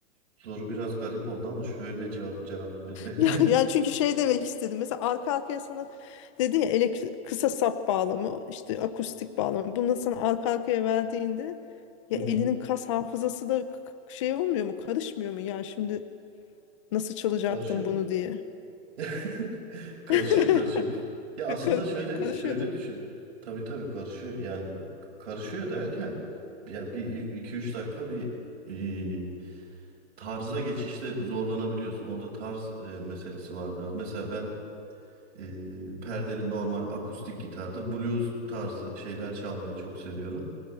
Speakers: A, on the right; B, on the left.
A: soru biraz garip oldu ama şöyle ce- cevap verilir.
B: Ya, yani
A: <laughs>
B: çünkü şey demek istedim. Mesela arka arkaya sana dedin ya elektrik, kısa sap bağlamı, işte akustik bağlamı. Bunları sana arka arkaya verdiğinde
A: Hı
B: ya
A: hı.
B: elinin kas hafızası da k- k- şey olmuyor mu? Karışmıyor mu? Ya şimdi nasıl çalacaktım
A: Karşı
B: bunu diye.
A: <laughs> Karışıyor
B: <laughs>
A: karışıyor. Ya aslında
B: Kar-
A: şöyle
B: Karışıyor
A: şöyle
B: değil mi?
A: düşün. Tabii tabii karışıyor. Yani karışıyor derken yani bir iki üç dakika bir e, tarza geçişte zorlanabiliyorsun. Orada tarz e, meselesi var biraz. Mesela ben e, perdeli normal akustik gitarda blues tarzı şeyler çalmayı çok seviyorum.